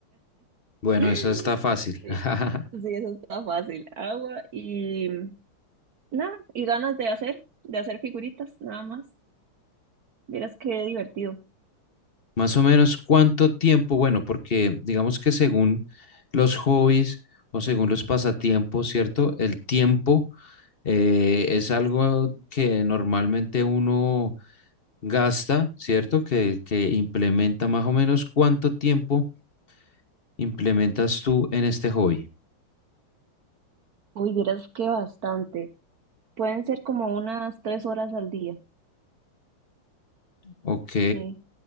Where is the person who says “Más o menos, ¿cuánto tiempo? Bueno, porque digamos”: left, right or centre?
Left